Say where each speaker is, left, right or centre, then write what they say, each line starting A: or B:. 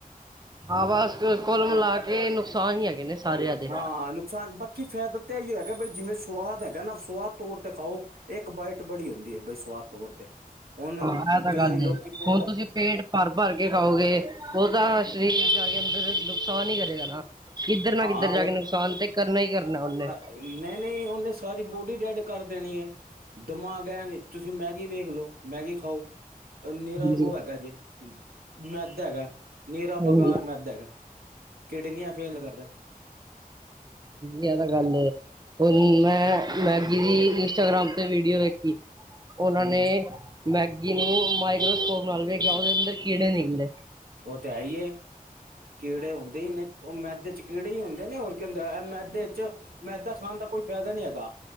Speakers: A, on the right; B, on the right.
A: ਹਾਂ ਬਸ ਕੁਲ ਮਿਲਾ ਕੇ ਨੁਕਸਾਨ ਈ ਹੈਗੇ ਨੇ। ਸਾਰਿਆਂ ਦੇ
B: ਹਾਂ ਨੁਕਸਾਨ ਬਾਕੀ ਫੈਦਾ ਤਾਂ ਇਹੀਓ ਹੈਗੈ ਬਈ ਜਿਵੇਂ ਸੁਵਾਦ ਹੈਗੈ ਨਾ ਸੁਵਾਦ ਤੋਰ ਤੇ ਖਾਓ। ਇੱਕ ਬਾਈਟ ਬੜੀ ਹੁੰਦੀ ਏ ਬਸ ਸਵਾਦ ਤੌਰ ਤੇ, ਹੁਣ
A: ਹਾਂ ਇਹ ਤਾਂ
B: ਕਈ
A: ਗੱਲ
B: ਲੋਕੀ
A: ਏ
B: ਪੇਟ
A: ਹੁਣ ਤੁਸੀਂ ਪੇਟ ਭਰ- ਭਰ ਕੇ ਖਾਓਗੇ ਉਹ ਤਾਂ ਸਰੀਰ ਜਾ ਕੇ ਅੰਦਰ ਨੁਕਸਾਨ ਹੀ ਕਰੇਗਾ ਨਾ। ਕਿੱਧਰ ਨਾ
B: ਹਾਂ
A: ਕਿੱਧਰ ਜਾ ਕੇ ਨੁਕਸਾਨ ਤੇ ਕਰਨਾ ਈ ਕਰਨੈ ਉਹਨੇ।
B: ਨਈ- ਨਈ, ਉਹਨੇ ਸਾਰੀ ਬੋਡੀ ਡੈਡ ਕਰ ਦੇਣੀ ਏ। ਦਿਮਾਗ ਹੈ ਨੀ, ਤੁਸੀਂ ਮੈਗੀ ਵੇਖ ਲੋ, ਮੈਗੀ ਖਾਓ ਨੀਰਾ
A: ਹਾਂਜੀ
B: ਉਹ ਹੈਗਾ ਜੇ, ਮੈਦਾ ਹੈਗੈ, ਨੀਰਾ
A: ਹਾਂਜੀ
B: ਬੇਕਾਰ ਮੈਦਾ ਹੈਗੈ। ਕਿਡਨੀਆਂ ਫੇਲ ਕਰਦੈ।
A: ਜਾਦਾ ਗੱਲ ਏ, ਹੁਣ ਮੈਂ ਮੈਗੀ ਦੀ ਇੰਸਟਾਗ੍ਰਾਮ ਤੇ ਵੀਡੀਓ ਵੇਖੀ ਓਨਾਂ
B: ਹਮ
A: ਨੇ ਮੈਗੀ ਨੂੰ ਮਾਈਕ੍ਰੋਸਕੋਪ ਨਾਲ ਵੇਖਿਐ, ਓਦੇ ਅੰਦਰ ਕੀੜੇ ਨਿਕਲੇ।
B: ਓ ਤੇ ਹੈ ਈ ਏ। ਕੀੜੇ ਹੁੰਦੇ ਈ ਨੇ, ਓ ਮੈਦੇ ਚ ਕੀੜੇ ਈ ਹੁੰਦੇ ਨੇ ਹੋਰ ਕੀ ਹੁਂਦੈ, ਐ ਮੈਦੇ ਚ ਮੈਂਦਾ ਖਾਨ ਦਾ ਕੋਈ ਫੈਦਾ ਨੀ ਹੈਗਾ,